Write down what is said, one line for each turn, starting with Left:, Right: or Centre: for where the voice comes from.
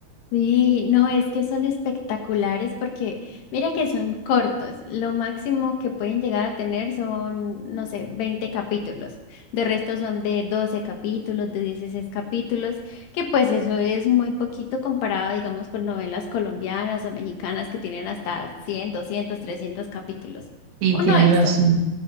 Left: Sí, no, es que son espectaculares porque mira que son cortos. Lo máximo que pueden llegar a tener son, no sé, 20 capítulos. De resto son de 12 capítulos, de 16 capítulos, que pues eso es muy poquito comparado, digamos, con novelas colombianas o mexicanas que tienen hasta 100, 200, 300 capítulos.
Right: Sí,
Left: Uno
Right: tienes
Left: eso.
Right: razón,